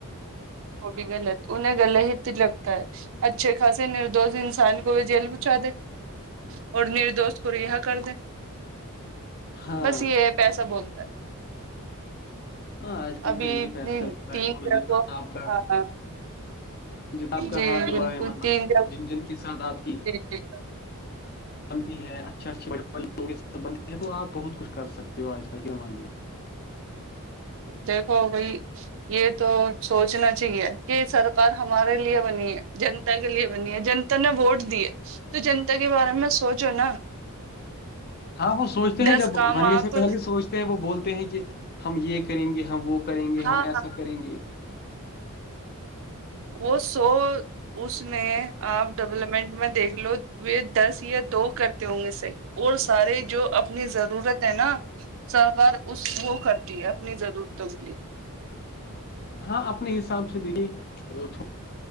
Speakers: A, on the right; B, on the left.
A: وہ بھی غلط انہیں گغل ہی لگتا ہے اچھے خاصے نردوش انسان کو وہ جیل پہچا دے اور نیرے دوست کو رہا کر دیں
B: ہاں
A: بس یہ ہے پیسہ بولتا ہے
B: ہاں آج کل
A: ابھی
B: تو یہی
A: اتنی
B: پیسہ چلتا
A: تین
B: ہے اور
A: جگہ
B: جتنا
A: کو
B: آپ کا
A: ہاں
B: جتنا آپ کا
A: جی
B: ہاتھ لگا
A: بالکل
B: ہے مطلب
A: تین جار
B: جن جن کے ساتھ آپ کی
A: جی جی
B: بنتی ہیں اچھے اچھے بڑےڑ لوگوں کے سھ بنتی ہیں تو آپ بہت کچھ کر سکتے ہو آج کل کے زمانے میں
A: دیکھو بھائی یہ تو سوچنا چاہیے کہ سرکار ہمارے لیے بنی ہے جن کے لیے بنی ہے جنتا نے ووٹ دی ہے تو جنتا کے بارے میں سوچو نا
B: ہاں وہ سوچتے ہیں
A: دس
B: جب
A: کام
B: بننے
A: آپ
B: سے پہلے سوچتے ہیں وہ بولتے ہیں کہ ہم یہ کریں گے ہم وہ کریں گے
A: ہاںاں
B: ہم ایسا کریں گے
A: وہ سو اس میں آپ ڈیولپمنٹ میں دیکھ لو وہ دس یا دو کرتے ہوں گے صحیح اور سارے جو اپنی ضرورت ہے نا سرکار اس وہ کرتی ہے اپنی ضرورتوں کے لیے
B: ہاں اپنے حساب سے دیکھیے تھا